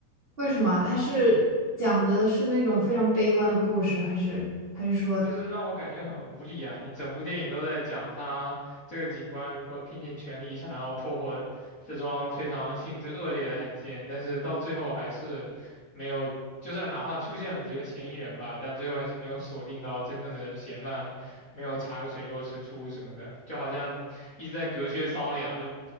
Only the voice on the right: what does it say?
为什么啊？他是讲的是那种非常悲观的故事，还是还是